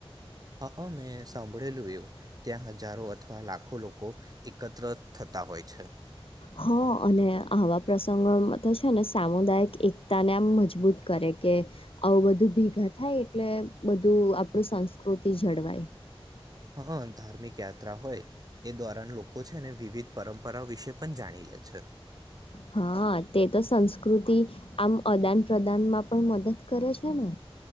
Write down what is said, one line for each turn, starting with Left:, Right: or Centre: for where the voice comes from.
Right: હઅ મેં સાંભળેલું એવુ ત્યાં હજારો અથવા લાખો લોકો એકત્ર થતા હોય છે
Left: હ અને આવા પ્રસંગોમાં તો છે ને સામુદાયિક એકતા ને આમ મજબૂત કરે કે આવું બધું ભેગા થાય એટલે બધું આપડુ સંસ્કૃતિ જળવાય
Right: હઅ ધાર્મિક યાત્રા હોય એ દ્વારા ન લોકો છે ને વિવિધ પરંપરા વિશે પણ જાણી લે છે
Left: હા તે તો સંસ્કૃતિ આમ અદાન પ્રદાનમાં પણ મદદ કરે છે ને